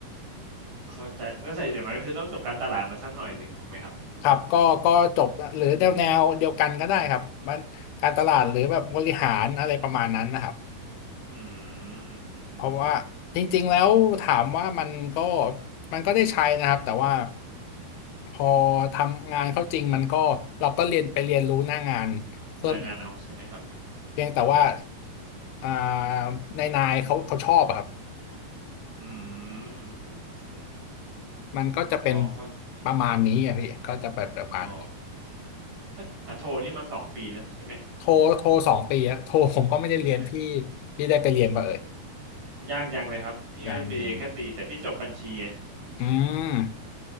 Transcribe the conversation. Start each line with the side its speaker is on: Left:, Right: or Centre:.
Right: เข้าใจก็ใส่อย่างไรก็คือต้องจบการตลาดมาสักหน่อยหนึ่งถูกไหมครับ
Left: ครับก็ก็จบหรือแนวแนวเดียวกันก็ได้ครับมันการตลาดหรือแบบบริหารอะไรประมาณนั้นนะครับ
Right: อืมอืมอืมอืมอืม
Left: เพราะว่าจริงๆแล้วถามว่ามันก็มันก็ได้ใช้นะครับแต่ว่าพอทำงานเข้าจริงมันก็เราก็เรียนไปเรียนรู้หน้างานเพิ่มอีก
Right: หน้างานเอาใช่ไหมครับ
Left: เพียงแต่ว่าอ่านายนายเขาเขาชอบอะครับ
Right: อืมอืมอืมอืมอืมอืมอืม
Left: มันก็จะเป็น
Right: พอเข้า
Left: ประมาณนี้อะพี่ก็จะเป็นประมาณนี้
Right: อ๋อเอ๊ะแต่โทนี่มันสองปีเนอะใช่ไหม
Left: โทรโทรสองปีอะโทรผมก็ไม่ได้เรียนพี่
Right: ใช่ไหม
Left: พี่ได้ไปเรียนป่ะเอ่ย
Right: ยางยังเลยครับพี่ก็มีแค่ปีแต่พี่จบบัญชีไง
Left: ยังยังอืม